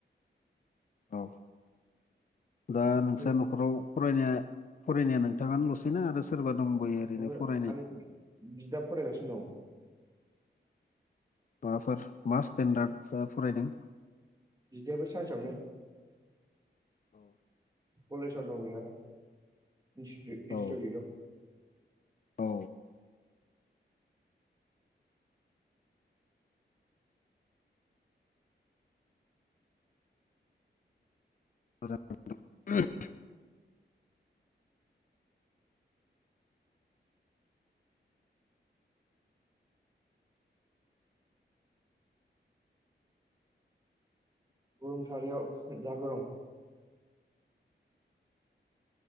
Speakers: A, on the left; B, on the right.
A: औ दा
B: नोंथां
A: नोंस्रा न'खराव फरायनाया फरायनाया नोंथाङानो ल'सैना आरो सोरबा दंबयो ओरैनो
B: ओहो
A: फरायनाय
B: आंनि बिदा फरायगासिनो दं।
A: माबाफोर मास स्टेन्डार्ड फरायदों?
B: बिदानाबो सायन्सावनो
A: औ।
B: कलेजावनो दं बि आरो इन्स्टि इन्स्टिटिउटआव
A: औ औ। मोजां नोंथां ओहम।
B: <unintelligible> थारियाव जा गरम